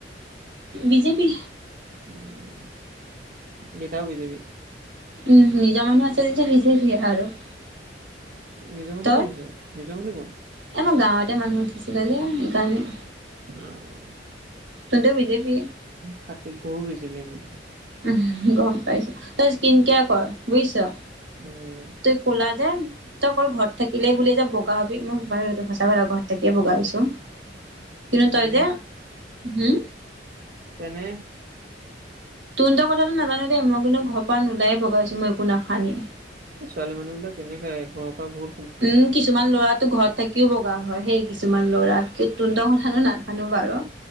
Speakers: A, on the right; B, on the right.
A: বিজেপি।
B: উম! দেতাউ বিজেপি?
A: উম! নিজৰ মানুহ আছে যেতিয়া, বিজেপিয়ে আৰু।
B: নিজৰ মানুহ
A: তই
B: কোন আছে? নিজৰ মানুহ কোন?
A: এ আমাৰ গাঁৱতে মানুহ উঠিছিলে যে সেইকাৰণে।
B: অ অ।
A: তেন্তে বি জে পি।
B: উম খাটি গৰু বেচিবি আমি।
A: উহুম গম পাইছো, তই স্কিন কেয়াৰ কৰ বুজিছ?
B: উম।
A: তই ক'লা যে, তই অকল ঘৰত থাকিলে বুলিয়ে যে বগা হবি মই বাৰু সেইটো সঁচা কথা ঘৰত থাকিয়ে বগা হ ছোঁ কিন্তু
B: তেনে
A: তই যে উম?
B: তেনে
A: তুহনতৰ কথাটো নাজানো দেই মই কিন্তু ঘৰ পৰা নোলায়েগাইছো মই একো নাখানি।
B: এই ছোৱালী মানুহবিলাক এনেকায়ে ঘৰৰ পৰা বু
A: উম কিছুমান ল'ৰাটো ঘৰত থাকিও বগা হয় সেই কিছুমান ল'ৰা তুন্তৰ কথানো না আনু বাৰু।